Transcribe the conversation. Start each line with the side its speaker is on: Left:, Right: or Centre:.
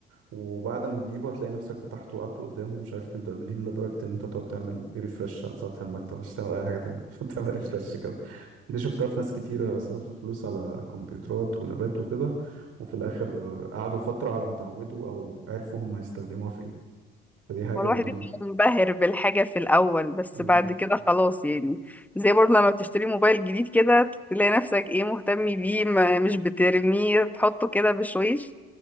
Right: وبعد ما تجيبه هتلاقي نفسك فتحته وقعدت قدامه ومش عارف تبدا منين لدرجه ان انت تقعد تعمل ريفرش على سطح المكتب مش تعمل اي حاجه تانية <laughs> تعمل ريفرش كده دي شفتها في ناس كتيرة صرفوا فلوس على كمبيوترات ولابات وكده وفي الآخر قعدوا فترة على ما اتعودوا أو عرفوا هم هيستخدموها في إيه فدي حاجة
Centre: هو الواحد
Right: من
Centre: بيبقى
Right: ال...
Centre: منبهر بالحاجة في الأول بس
Right: مم.
Centre: بعد كده خلاص يعني زي برضه لما بتشتري موبايل جديد كده تلاقي نفسك ايه مهتم بيه ما مش بترميه تحطه كده بشويش